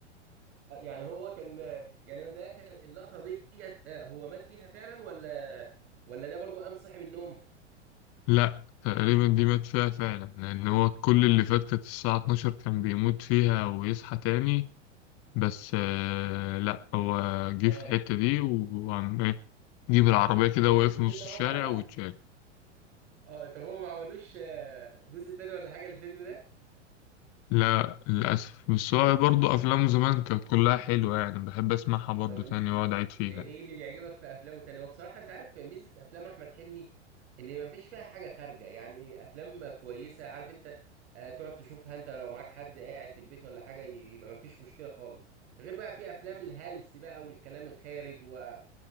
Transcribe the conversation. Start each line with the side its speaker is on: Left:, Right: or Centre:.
Right: آه، يعني هو كان يعني هو ده كان اللقطة ديت آه، هو مات فيها فعلا ولا ولا ده برضو قام صحي من النوم؟
Left: لا تقريبا دي مات فيها فعلا لأن هو كل اللي فات كانت الساعة 12 كان بيموت فيها ويصحى تاني بس آه لا هو جه
Right: آه
Left: في الحتة دي وعم إيه جيب العربية كده وقف
Right: والفيلم
Left: في نص
Right: قطع
Left: الشارع
Right: بقى
Left: واتشال
Right: آه طب هو ما عملوش آه، جزء تاني ولا حاجة الفيلم ده؟
Left: لا للأسف بس هو برضه أفلامه زمان كانت كلها حلوة يعني بحب أسمعها برضه
Right: طب ايه
Left: تاني وأقعد أعيد فيها
Right: إيه
Left: يعني.
Right: اللي بيعجبك في افلامه تاني هو بصراحه انت عارف ميزه افلام احمد حلمي ان ما فيش فيها حاجه خارجه يعني افلام كويسه عارف انت آه، تقعد تشوفها انت لو معاك حد قاعد في البيت ولا حاجه ي- يبقى ما فيش مشكله خالص غير بقى في افلام الهلس بقى والكلام الخارج و-